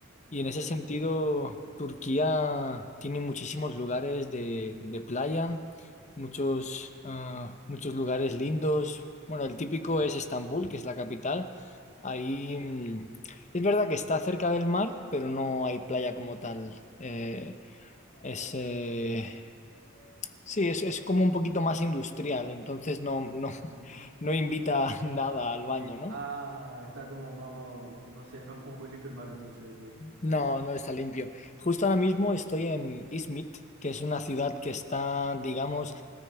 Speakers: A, on the left; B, on the right.
A: y en
B: ¿en
A: ese
B: serio?
A: sentido Turquía tiene muchísimos lugares de, de playa, muchos, ah, muchos lugares lindos. Bueno, el típico es Estambul, que es la capital. Ahí mm, es verdad que está cerca del mar, pero no hay playa como tal. Eh, es, eh, Sí, es, es como un poquito más industrial, entonces no, no,
B: Ah.
A: <laughs> no invita nada al baño, ¿no?
B: Ah, está como más, no sé, no es como muy limpio el mar entonces, ¿o qué?
A: No, no está limpio. Justo ahora mismo estoy en Izmit, que es una ciudad que está, digamos,